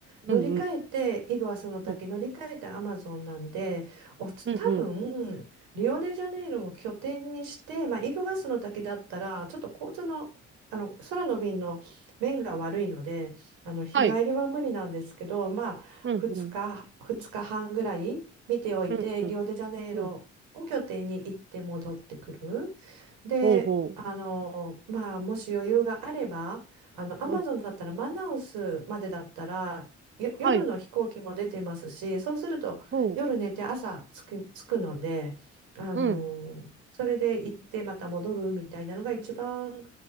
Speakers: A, on the right; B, on the right.
A: う。
B: 乗り換えてイグアスの滝乗り換えてアマゾンなんでおつ多分リオデジャネイロを拠点にして、
A: うんうん。うんうんうん。
B: まあ、イグアスの滝だったらちょっと交通の、あの空の便の便が悪いのであの日帰りは無理なんですけど、
A: はい。
B: まあ、
A: うんうん。
B: 2日、2日半ぐらい見ておいてリオデジャネイロを拠点に行って戻ってくる。
A: うんうんうん。
B: で、
A: ほうほ
B: あの、まあ、もし余裕があれば、あの、アマゾンだったらマナウスまでだったら、
A: う。うん。
B: よ夜の飛行機も出てますし、
A: はい。
B: そうすると夜寝て朝着く、
A: ほ
B: 着くので、あの、
A: う。うん。
B: それで行ってまた戻るみたいなのが一番